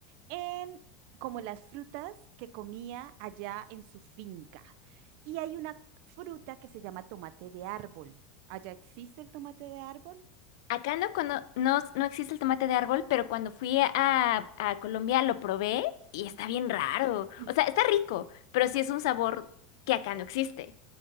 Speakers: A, on the right; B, on the left.
A: en como las frutas que comía allá en su finca. Y hay una fruta que se llama tomate de árbol. ¿Allá existe el tomate de árbol?
B: Acá no, cono- no, no existe el tomate de árbol, pero cuando fui a, a Colombia lo probé y está
A: Ujú.
B: bien raro.
A: <laughs>
B: O sea, está rico, pero sí es un sabor que acá no existe.